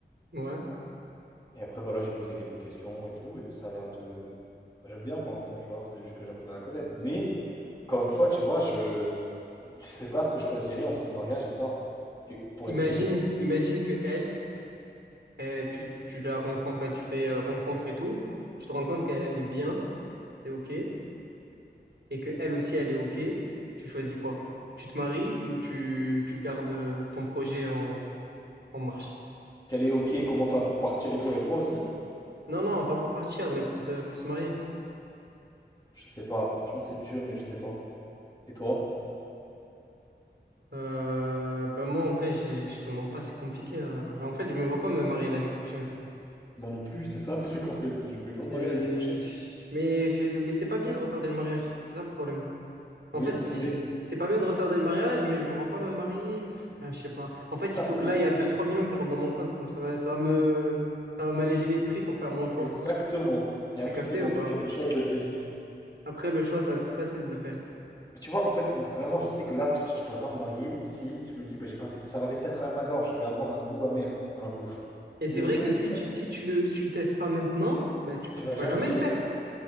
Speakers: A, on the right; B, on the left.
A: ouais.
B: Et après, voilà, j'ai posé quelques questions et tout, et ça a l'air de... bah, J'aime bien pour l'instant, tu vois, faudrait juste que j'apprenne à la connaître. Mais, encore une fois, tu vois, je je sais pas ce que je choisirais entre le mariage et ça. Et pour
A: Imagine,
B: être très honnête,
A: imagine que elle, euh, tu, tu la rencontres, enfin tu fais euh, rencontre et tout, tu te rends compte qu'elle est bien, t'es ok, et que elle aussi elle est ok. Tu choisis quoi? Tu te maries ou tu, tu gardes euh, ton projet en, en marche?
B: qu'elle est OK, comment ça, pour partir et tout avec moi aussi?
A: Non, non, pas pour partir, mais pour te, pour se marier.
B: Je sais pas. Franchement, c'est dur, mais je sais pas. Et toi?
A: Euh, ben moi, en vrai, j'ai- je te mens pas, c'est compliqué. hein. En fait, je me vois pas me marier l'année prochaine.
B: Moi non plus, c'est ça le truc en fait. Je vais pas me
A: C'est-
B: marier l'année prochaine.
A: Mais, mais c'est pas bien de retarder le mariage. C'est ça le problème. En
B: Oui,
A: fait,
B: c'est
A: il-
B: vrai.
A: c'est pas bien de retarder le mariage, mais je me vois pas me marier. Enfin, je sais pas. En fait,
B: C'est ça,
A: il faut
B: pareil.
A: que là, il y a deux trois millions qui rentrent dans mon compte. pour Ça va, ça va me, ça va m'alléger
B: <laughs>
A: l'esprit pour faire mon choix.
B: Exactement. Et
A: T'as
B: après,
A: capté
B: c'est bon,
A: ou pas?
B: t'inquiète, le choix, je le fais vite.
A: Après, le choix, ça va être plus facile de le faire.
B: Mais tu vois, en fait, vraiment, je sais que là, tout de suite, je pourrais pas me marier si je me dis, bah, j'ai pas. t- Ça va rester à travers ma gorge. Je vais avoir un goût amer dans la bouche.
A: Et c'est
B: Je
A: vrai
B: veux
A: que si
B: le
A: tu,
B: faire.
A: si tu le, si tu testes pas maintenant, ben, tu, tu
B: Tu vas jamais
A: vas jamais
B: le
A: le
B: faire.
A: faire.